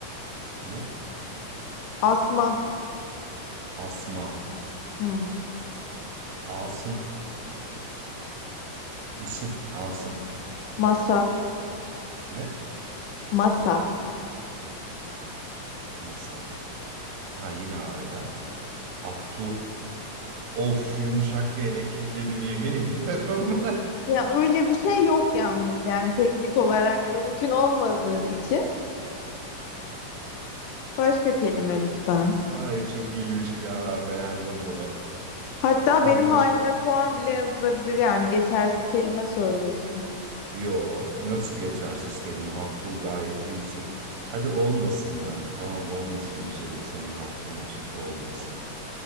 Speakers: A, on the right; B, on the left.
A: Ne?
B: asma,
A: Asma.
B: Hı.
A: Asım. İsim. Asım.
B: masa,
A: Ne?
B: masa.
A: Masa. Ha yine aile. Aktu. Of yumuşak bir ele kitledim yemin ediyorum.
B: Ya öyle bir şey yok yalnız yani teknik olarak mümkün olmadığı için. Başka kelime lütfen.
A: <laughs> Ay çok iyiymiş ya ben beğendim bunu.
B: Hatta
A: Tamam
B: benim
A: başka
B: halime puan bile yazılabilir yani geçersiz kelime söylüyorsun.
A: Yo, nasıl geçersiz kelime? Aktu gayet bir isim. Hadi olmasın ya. Tamam olmasın güzelim senin hatırın için olmasın.